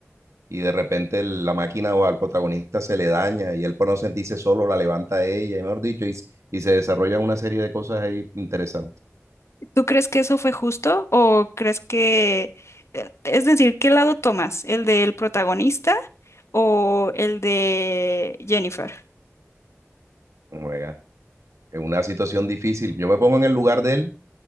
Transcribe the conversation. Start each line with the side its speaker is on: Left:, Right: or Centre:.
Right: Y de repente el- la máquina o al protagonista se le daña y él por no sentirse solo la levanta a ella, y mejor dicho, y, s- y se desarrollan una serie de cosas ahí interesantes.
Left: ¿tú crees que eso fue justo o crees que, eh, es decir, ¿qué lado tomas? ¿El del protagonista o el de Jennifer?
Right: Juega. Es una situación difícil. Yo me pongo en el lugar de él